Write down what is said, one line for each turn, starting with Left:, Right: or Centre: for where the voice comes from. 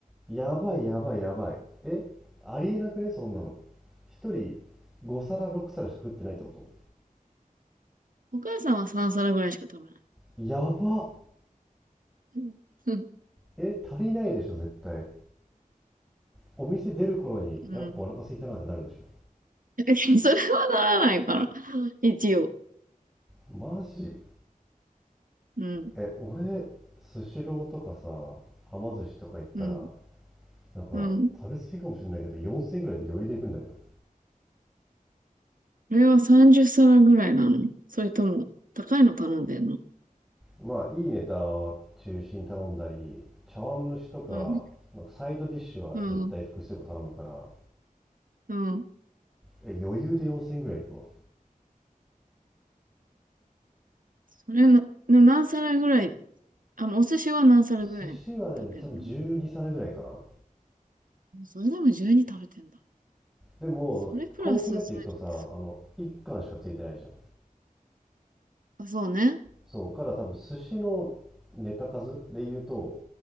Centre: やばいやばいやばいえありえなくねそんなの1人5皿6皿しか食ってないってこと
Right: お母さんは3皿ぐらいしか食べない。
Centre: やばっ
Right: うん。うん。
Centre: え足りないでしょ絶対お店出る頃にやっぱお腹空いたなってなるでしょ
Right: うん <laughs> それはならないから。一応。
Centre: マジ
Right: うん。
Centre: え俺スシローとかさはま寿司とか行ったら
Right: うん。
Centre: なんか食べ過ぎかもしれないけど4000円ぐらいで余裕で行くんだけど
Right: うん。これは30皿ぐらいなのそれとも、高いの頼んでんの
Centre: まあいいネタを中心に頼んだり茶碗蒸しとか、
Right: うん。
Centre: なんかサイドディッシュは絶対複数個頼むから
Right: うん。うん。
Centre: え余裕で4000ぐらいいくわ
Right: それな、な何皿ぐらい、あの、お寿司は何皿ぐらい食べるの
Centre: 寿司はね多分12皿ぐらいかな
Right: それでも12食べてんだ。
Centre: でも高級なやつ行くとさあの一貫しかついてないじゃん
Right: それプラスサイドってすごいあ、そうね。
Centre: そうから多分寿司のネタ数で言うと